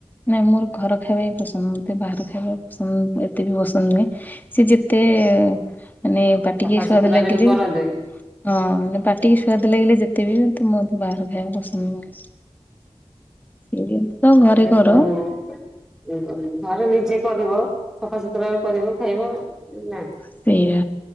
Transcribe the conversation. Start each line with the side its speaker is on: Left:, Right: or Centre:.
Left: ନାଇଁ ମୋର ଘର ଖାଇବା ହି ପସନ୍ଦ ମୋତେ ବାହାର ଖାଇବା ପସନ୍ଦ ଏତେ ବି ପସନ୍ଦ ନୁହେଁ। ସେ ଯେତେ ମାନେ ପାଟିକି
Centre: ସଫାସୁତୁରାରେ
Left: ସୁଆଦ ଲାଗିଲେ
Centre: ବି କରନ୍ତି
Left: ହଁ ନାଇ ପାଟିକି ସୁ୍ଆଦ ଲାଗିଲେ ଯେତେ ବି ମୋତେ ମୋ ବାହାର ଖାଇବା ପସନ୍ଦ ନୁହେଁ। ସେମିତି ତ ଘରେ କର
Centre: ଓହୋ। ଘରେ ନିଜେ କରିବ ସଫାସୁତୁରାରେ କରିବ ଖାଇବ ନାଁ।
Left: ସେଇଆ